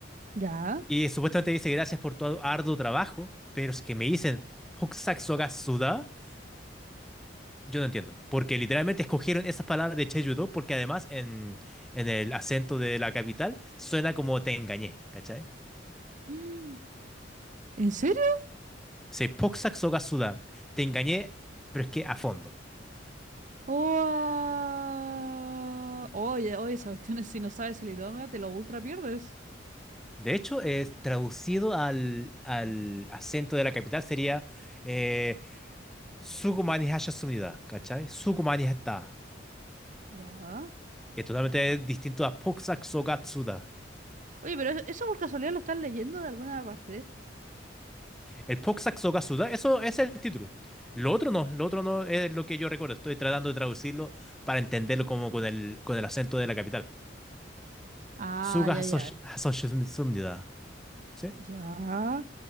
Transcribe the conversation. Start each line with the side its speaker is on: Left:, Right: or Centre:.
Right: Ya. <gasps>
Centre: Y supuestamente dice gracias por tu arduo trabajo, pero es que me dicen Hokusai Soga Suda, yo no entiendo. Porque literalmente escogieron esas palabras de Cheju-do porque además en, en el acento de la capital suena como te engañé, ¿cachai?
Right: Mm, ¿En serio?
Centre: Se Hokusai Soga Suda, te engañé, pero es que a fondo.
Right: Guau. Oye, oye, esa cuestión es si no sabes el idioma, te lo ultra pierdes.
Centre: De hecho, es traducido al, al acento de la capital sería eh, Sukumani Hashasumida, ¿cachai? Sukumani Hatta.
Right: Ya.
Centre: Y es totalmente distinto a Hokusai Soga Suda.
Right: Oye, pero eso eso por casualidad lo están leyendo de alguna parte.
Centre: El Poxac Sokasuda, eso es el título. Lo otro no, lo otro no es lo que yo recuerdo. Estoy tratando de traducirlo para entenderlo como con el, con el acento de la capital.
Right: Ah,
Centre: Suga
Right: ya,
Centre: Hasosh-
Right: ya.
Centre: Hasoshimsumnida. ¿Sí?
Right: Ya.